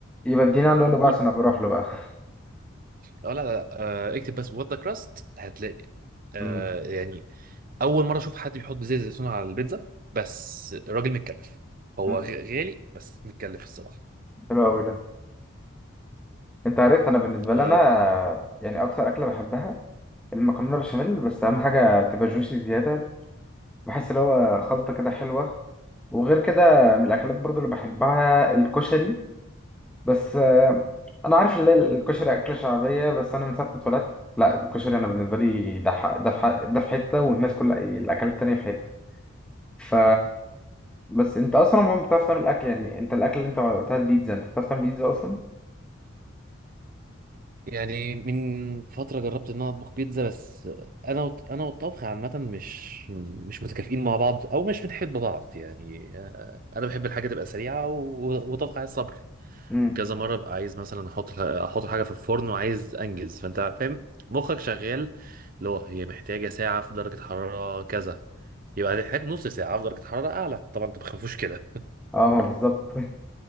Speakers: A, in the centre; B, on the right (about 40°).
A: يبقى ادينا عنوانه بقى
B: قول
A: عشان أبقى اروح له بقى <laughs>
B: اه لا لا لا آه اكتب بس وذا كراست هتلاقي آه
A: مم.
B: يعني اول مره اشوف حد بيحط زيت زيتون على البيتزا بس الراجل متكلف هو
A: مم.
B: غ- غالي بس متكلف الصراحه
A: حلو قوي ده انت عارف انا بالنسبه لي
B: آه،
A: انا يعني اكتر اكله بحبها المكرونه بشاميل بس اهم حاجه تبقى جوسي زياده بحس اللي هو خلطه كده حلوه وغير كده من الاكلات برضو اللي بحبها الكشري بس آه، انا عارف ان الكشري اكله شعبيه بس انا من ساعه ما اتولدت لا الكشري انا بالنسبه لي ده ح- ده في ح- ده في حته والناس كلها الاكلات التانيه في حته ف بس انت اصلا ما بتعرف تعمل اكل يعني انت الاكل اللي انت قلتها البيتزا انت بتعرف تعمل بيتزا اصلا
B: يعني من فتره جربت ان انا اطبخ بيتزا بس انا وط... انا والطبخ عامه مش مش متكافئين مع بعض او مش بنحب بعض يعني آه، انا بحب الحاجه تبقى سريعه و... وطبخ عايز صبر
A: امم
B: كذا مره ببقى عايز مثلا احط احط حاجه في الفرن وعايز انجز فانت فاهم مخك شغال اللي هو هي محتاجه ساعه في درجه حراره كذا يبقى هتحتاج نص ساعه في درجه حراره اعلى طبعا انت ما بتخافوش كده
A: اه بالظبط <laughs>